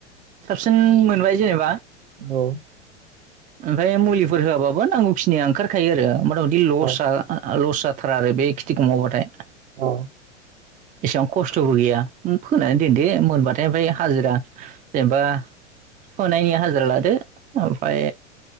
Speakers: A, on the right (about 20°); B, on the right (about 65°).
A: साबसिन मोनबाय जेनेबा
B: औ
A: ओमफ्राय मुलिफोर होयाबाबो नांगौ फि <unintelligible> नाया ओंखारखायो आरो मथा मदि लस
B: औ
A: लस जाथार आरो बे खेथिखौ मावबाथाय
B: औ
A: एसां खस्थ' स्थ'बो गैया फोनानै दोनदो मोनबाथाय बै हाजिरा जेनेबा फोनायनि हाजिरा लादो ओमफ्राय